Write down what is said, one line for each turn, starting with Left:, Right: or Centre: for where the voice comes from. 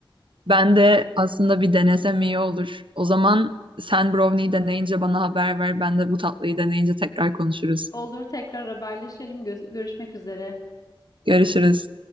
Right: ben de aslında bir denesem iyi olur. O zaman sen brownie'yi deneyince bana haber ver. Ben de bu tatlıyı deneyince tekrar konuşuruz.
Left: <laughs> Olur tekrar haberleşelim. Göz- görüşmek üzere.
Right: Görüşürüz.